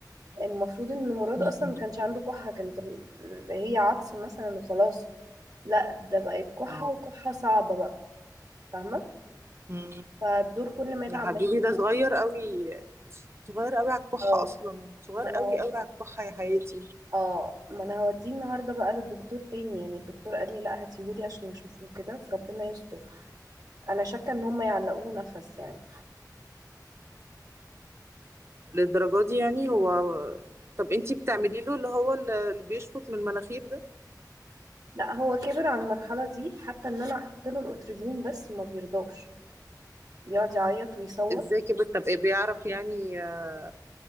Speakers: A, on the right; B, on the right.
A: المفروض ان مراد
B: مم.
A: اصلا ما كانش عنده كحة كانت ال- هي عطس مثلا وخلاص لا ده بقت كحة
B: اه
A: وكحة صعبة بقى فاهمة
B: مم.
A: فالدور كل ما يدعم
B: يا حبيبي
A: عمال ي-
B: ده صغير قوي صغير قوي على الكحة
A: اه
B: اصلا صغير
A: ما انا
B: قوي
A: هود-
B: قوي على الكحة يا حياتي
A: اه ما انا هوديه النهارده بقى للدكتور تاني يعني الدكتور قال لي لا هاتيهولي عشان اشوفه كده فربنا يستر انا شاكه ان هم يعلقوه نفس يعني
B: للدرجة دي يعني هو طب انتي بتعملي له اللي هو ال- اللي بيشفط من المناخير ده
A: لا هو كبر على المرحله دي حتى ان انا احط له الاتريفين بس ما بيرضاش يقعد يعيط ويصوت
B: ازاي كده طب ايه بيعرف يعني آه،